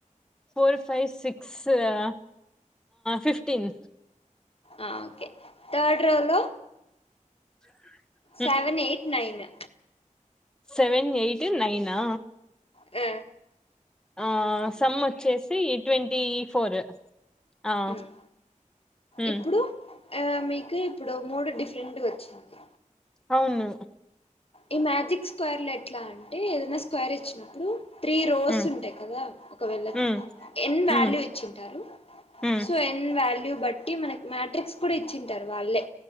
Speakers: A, in the centre; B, on the left.
A: four five six కదా ఫిఫ్టీన్
B: ఆ ఒకే థర్డ్ రోలో
A: జాన్వరి eight
B: seven eight nine
A: seven eight నైనా
B: ఆ
A: ఆ సమ్ వచ్చేసి ట్వంటీ ఫోర్ ఆ
B: మ్
A: ఊ
B: ఇప్పుడు ఆ మీకు ఇప్పుడు మూడు డిఫరెంట్ గా వచ్చింది.
A: అవును
B: ఈ మ్యాజిక్ స్క్వేర్ లో ఎట్లా అంటే ఏదైనా స్క్వేర్ ఇచ్చినప్పుడు త్రీ రోస్
A: ఉమ్
B: ఉంటాయి కదా, ఒకవేళ
A: ఉమ్
B: ఎన్ వాల్యూ
A: ఉమ్
B: ఇచ్చింటారు.
A: ఉమ్
B: సో ఎన్ వాల్యూ బట్టి, మనకి మాట్రిక్స్ కూడా ఇచ్చింటారు వాళ్ళే.